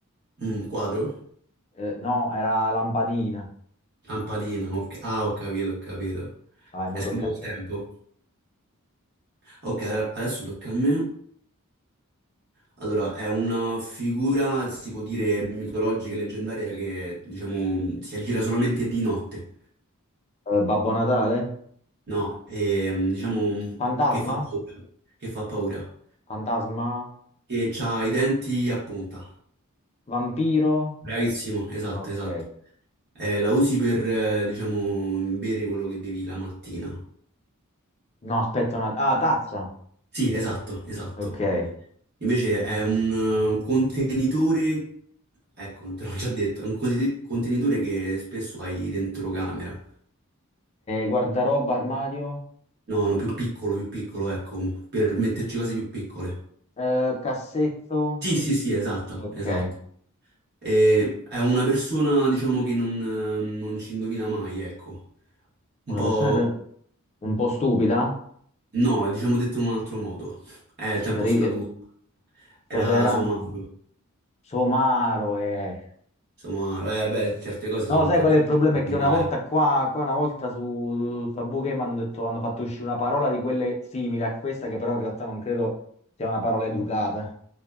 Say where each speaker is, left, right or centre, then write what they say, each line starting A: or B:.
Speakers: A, on the right (about 50°); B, on the left (about 30°).
A: Mm, quadro,
B: Eh, no, era Lampadina.
A: lampadina, ok. Ah, ho capito, ho capito.
B: Dai, mo
A: È
B: tocca
A: scritto
B: a
A: il
B: te.
A: tempo. Ok, allora, adesso tocca a me. Allora, è una figura, si può dire, mitologica e leggendaria che, diciamo, si aggira solamente di notte.
B: Eh, Babbo Natale?
A: No, ehm, diciamo
B: Fantasma?
A: che fa paura, che fa paura,
B: Fantasma?
A: che ha i denti a punta.
B: Vampiro?
A: Bravissimo, esatto,
B: Ok.
A: esatto. Eh, la usi per, eh, diciamo, bere quello che bevi la mattina.
B: No, aspetta una... Ah, tazza.
A: Sì, esatto, esatto.
B: Ok. Eh,
A: Invece è un eh, contenitore, ecco, te l'ho già detto, è un conte- contenitore che spesso hai dentro camera.
B: guardaroba, armadio?
A: No, no, più piccolo, più piccolo, ecco, per metterci cose più piccole.
B: Eh, cassetto?
A: Sì, sì, sì, esatto,
B: Ok.
A: esatto. E è una persona, diciamo, che non, eh, non ci indovina mai, ecco. Un po'...
B: Una persona che... un po' stupida?
A: No, diciamo detto in un altro modo. È il tempo
B: Ri-
A: scaduto.
B: eh,
A: Era
B: Cos'era?
A: somaro.
B: Somaro, eh.
A: Somaro. Eh beh, certe cose sono
B: No,
A: un
B: sai
A: po'
B: qual
A: difficili
B: è il problema?
A: da
B: È che
A: indovinare.
B: una volta qua, qua una volta su su Tabù Game hanno detto, hanno fatto uscire una parola di quelle simili a questa, che però in realtà non credo sia una parola educata.